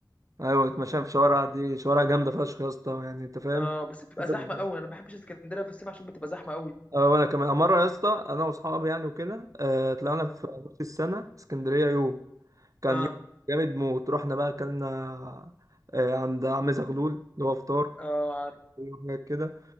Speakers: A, on the right (about 45°); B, on the left (about 15°).
A: ايوه اتمشينا في شوارع دي شوارع جامده فشخ يا اسطى يعني انت فاهم
B: اه بس بتبقى
A: بالظبط.
B: زحمه قوي انا ما بحبش اسكندريه في الصيف عشان بتبقى زحمه قوي
A: اه وانا كمان مره يا اسطى انا واصحابي يعني وكده آه طلعنا في
B: اه
A: نص السنه اسكندريه يوم كان
B: اه
A: يوم جامد موت رحنا بقى اكلنا آه عند عم زغلول اللي هو فطار
B: آه، عارف
A: وحاجات كده